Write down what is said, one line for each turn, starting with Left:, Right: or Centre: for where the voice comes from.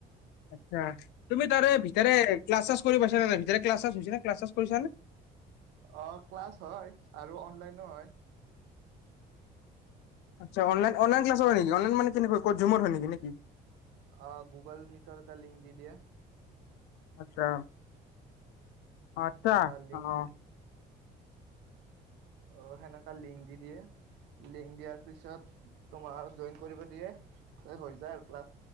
Left: আচ্ছা! তুমি তাৰে ভিতৰে ক্লাছ-চাল্লাচ কৰি পাইছা নে নাই ভিতৰে ক্লাছ-চাল্লাচ হৈছে নে ক্লাছ-ছাল্লাচ কৰিছা নে?
Right: অ! ক্লাছ হয় আৰু অনলাইনো হয়।
Left: আচ্ছা! অনলাইন, অনলাইন ক্লাছো হয় নেকি? অনলাইন মানে কেনেকৈ ক'ত ঝুমত হয় নেকি নে কি?
Right: অ! গুগল মিটৰ এটা লিংক দি দিয়ে।
Left: আচ্ছা! আচ্ছা,
Right: সেনেকা লিংক
Left: অঁ।
Right: দি অ! সেনেকা লিংক দি দিয়ে। লিংক দিয়াৰ পিছত তোমাৰ জইন কৰিব দিয়ে তাৰপিছত হৈ যায় আৰু ক্লাছ।